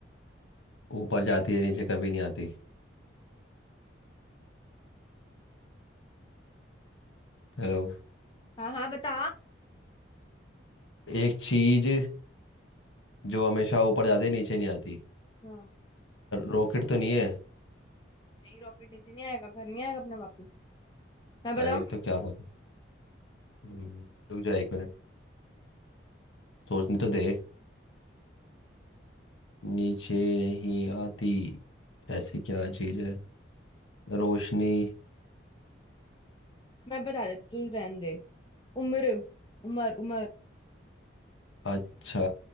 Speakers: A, on the left; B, on the left.
A: ऊपर जाती है नीचे कभी नहीं आती हेलो
B: हाँ हाँ बता
A: एक चीज जो हमेशा ऊपर जाती है नीचे नहीं आती
B: हाँ
A: रॉकेट तो नहीं है
B: नहीं रॉकेट नीचे नहीं आएगा घर नहीं आएगा अपने वापस मैं बताऊं
A: अरे तो क्या बात है। हम्म, रुक जा एक मिनट सोचने तो दे नीचे नहीं आती ऐसी क्या चीज है रोशनी
B: मैं बता देती तू रहने दे उम्र उमर उमर
A: अच्छा